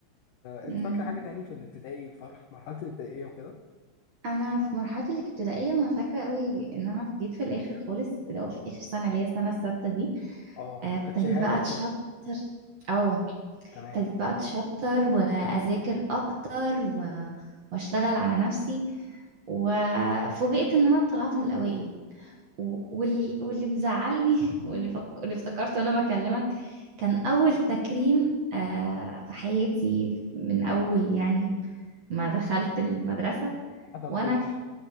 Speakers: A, on the left (about 85°); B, on the right (about 50°).
A: آه
B: مم.
A: أنت فاكرة حاجة تاني في الابتدائي فرح مرحلة الابتدائية وكده؟
B: انا في مرحله الابتدائيه انا فاكره قوي ان انا جيت في الاخر خالص اللي هو في اخر سنه اللي هي السنه السادسه دي
A: أه
B: آه، ابتديت
A: كانت شهادة
B: بقى اتشطر
A: وكده
B: او ابتديت
A: تمام
B: بقى اتشطر واذاكر اكتر و... واشتغل على نفسي وفوجئت ان انا طلعت من الاوائل و... وال... واللي مزعلني <laughs> واللي فك... اللي افتكرته وانا بكلمك كان اول تكريم آه، في حياتي من اول يعني ما دخلت المدرسه
A: ما حضرتوش
B: وانا